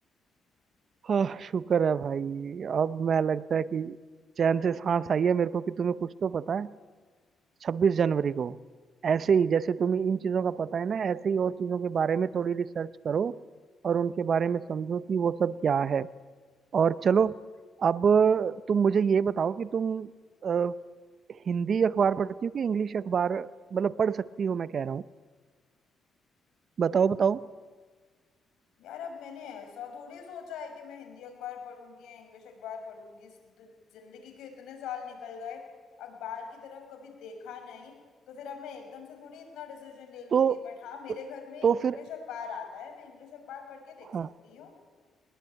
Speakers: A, on the right; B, on the left.
A: हाँ शुक्र है भाई अब मैं लगता है कि चैन से सांस आई है मेरे को कि तुम्हें कुछ तो पता है छब्बीस जनवरी को ऐसे ही जैसे तुम्हें इन चीजों का पता है ना ऐसे ही और चीजों के बारे में थोड़ी रिसर्च करो और उनके बारे में समझो कि वो सब क्या है और चलो अब तुम मुझे ये बताओ कि तुम अ, हिंदी अखबार पढ़ती हो कि इंग्लिश अखबार मतलब पढ़ सकती हो मैं कह रहा हूँ बताओ बताओ
B: यार अब मैंने ऐसा थोड़ी सोचा है कि मैं हिंदी अखबार पढ़ूंगी या इंग्लिश अखबार पढ़ूंगी इस दिन- जिंदगी के इतने साल निकल गए अखबार की तरफ कभी देखा नहीं तो फिर अब मैं एकदम से थोड़ी इतना डिसीजन ले लूंगी
A: तो
B: बट हाँ मेरे
A: तो,
B: घर में
A: तो
B: इंग्लिश
A: फिर
B: अखबार आता है मैं इंग्लिश अखबार पढ़ के देख सकती
A: हाँ
B: हूँ